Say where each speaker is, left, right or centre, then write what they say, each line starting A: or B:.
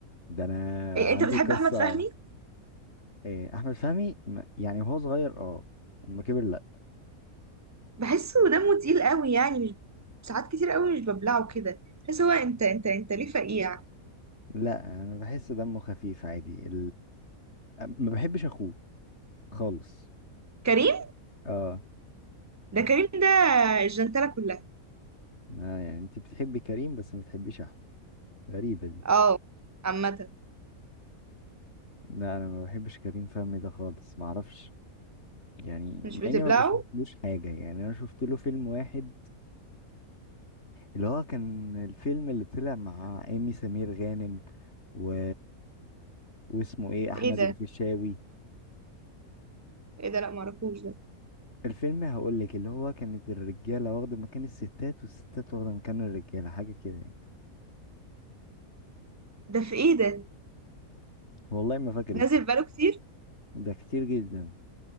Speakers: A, on the left; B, on the right.
A: ده انا
B: إيه
A: عندي
B: انت بتحب
A: قصه
B: احمد فهمي
A: آه احمد فهمي ما- يعني وهو صغير اه لما كبر لا
B: بحسه دمه تقيل قوي يعني مش ساعات كتير قوي مش ببلعه كده بحس هو انت انت انت ليه فقيع
A: لا انا بحس دمه خفيف عادي ما بحبش اخوه خالص
B: كريم
A: اه
B: ده كريم ده الجنتلة كلها
A: آه، يعني انت بتحبي كريم بس ما بتحبيش احمد غريبة دي
B: اه عامة
A: لا انا ما بحبش كريم فهمي ده خالص ما اعرفش يعني
B: مش
A: مع
B: بتبلعه
A: اني ما بشوفلوش حاجة يعني انا شفت له فيلم واحد اللي هو كان الفيلم اللي طلع مع ايمي سمير غانم و... واسمه ايه احمد
B: في ايه ده
A: الفيشاوي
B: في ايه ده لا معرفوش ده
A: الفيلم هقول لك اللي هو كانت الرجالة واخدة مكان الستات والستات واخدة مكان الرجالة حاجة كده يعني
B: ده في ايه ده
A: والله ما فاكر
B: نازل
A: اسمه
B: بقاله كتير
A: ده كتير جدا